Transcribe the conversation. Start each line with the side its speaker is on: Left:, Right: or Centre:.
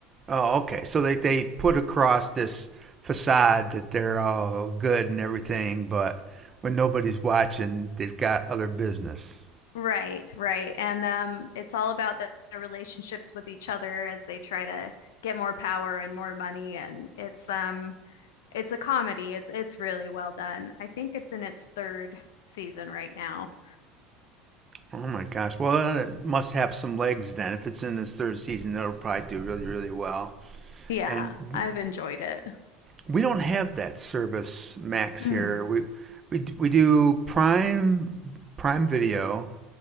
Right: Oh, okay. So they they put across this facade that they're all good and everything, but when nobody's watching, they've got other business.
Left: Right, right. And um, it's all about the, their relationships with each other as they try to get more power and more money. And it's um, it's a comedy. It's it's really well done. I think it's in its third season right now.
Right: Oh my gosh. Well, it must have some legs then. If it's in its third season, it'll probably do really, really well.
Left: Yeah,
Right: And
Left: I've enjoyed it.
Right: We don't have that service, Max.
Left: Mm.
Right: Here we we we do Prime Prime Video,